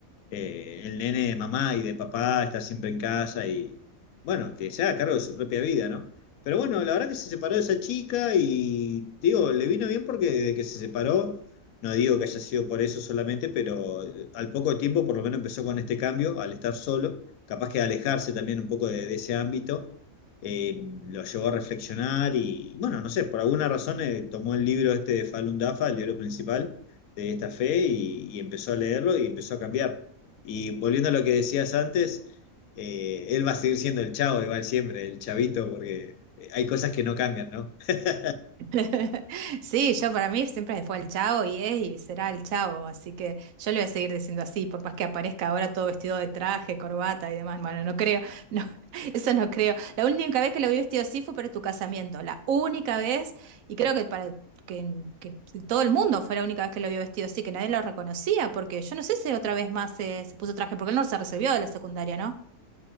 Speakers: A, on the left; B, on the right.
A: eh, el nene de mamá y de papá está siempre en casa y, bueno, que se haga cargo de su propia vida, ¿no? Pero bueno, la verdad que se separó de esa chica y, digo, le vino bien porque desde que se separó, no digo que haya sido por eso solamente, pero eh, al poco tiempo por lo menos empezó con este cambio, al estar solo, capaz que alejarse también un poco de, de ese ámbito. eh, lo llevó a reflexionar y, bueno, no sé, por alguna razón eh, tomó el libro este de Falun Dafa, el libro principal de esta fe, y y empezó a leerlo y empezó a cambiar. Y volviendo a lo que decías antes, eh, él va a seguir siendo el chavo igual siempre, el chavito, porque eh, hay cosas que no cambian, ¿no? <laughs>
B: <laughs> Sí, yo para mí siempre fue el Chavo y es y será el Chavo, así que yo le voy a seguir diciendo así, por más que aparezca ahora todo vestido de traje, corbata y demás. Bueno, no creo, no, <laughs> eso no creo. La única vez que lo vi vestido así fue para tu casamiento, la única vez, y creo que para que, que todo el mundo fue la única vez que lo vio vestido así, que nadie lo reconocía, porque yo no sé si otra vez más se, se puso traje, porque él no se resolvió de la secundaria, ¿no?